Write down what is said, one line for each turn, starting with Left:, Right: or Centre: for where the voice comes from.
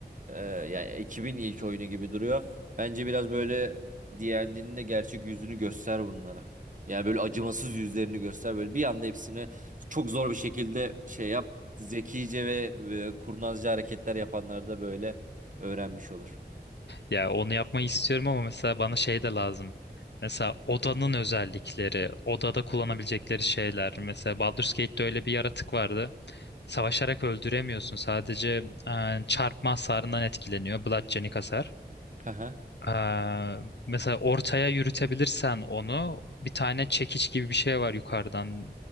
Right: Eee, yani ekibin ilk oyunu gibi duruyor. Bence biraz böyle D&D'nin de gerçek yüzünü göster bunlara. Yani böyle acımasız yüzlerini göster. Böyle bir anda hepsini çok zor bir şekilde şey yap. Zekice ve, ve kurnazca hareketler yapanlar da böyle öğrenmiş olur.
Left: Ya onu yapmayı istiyorum ama mesela bana şey de lazım. Mesela odanın özellikleri, odada kullanabilecekleri şeyler. Mesela Baldur's Gate'de öyle bir yaratık vardı. Savaşarak öldüremiyorsun. Sadece e, çarpma hasarından etkileniyor. Bludgeoning hasar.
Right: Ha ha.
Left: E, mesela ortaya yürütebilirsen onu bir tane çekiç gibi bir şey var yukarıdan.